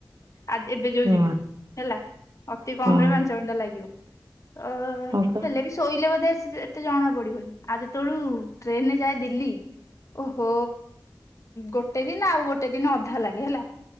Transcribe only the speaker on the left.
ଆ ଏବେ ଯୋଉ
ଯିବି ହେଲା। ଅତି
କମ୍ ରେ ପାଞ୍ଚ ଘଣ୍ଟା ଲାଗିବ। ଅ
ହେଲେ ବି ଶୋଇଲେ ବୋଧେ ସେ ଏତେ ଜଣା ପଡିବନି। ଆ ଯେତେବେଳୁ ଟ୍ରେନ୍ ରେ ଯାଏ ଦିଲ୍ଲୀ। ଓହୋ ଗୋଟେ ଦିନ ଆଉ ଗୋଟେ ଦିନ ଅଧା ଲାଗେ ହେଲା।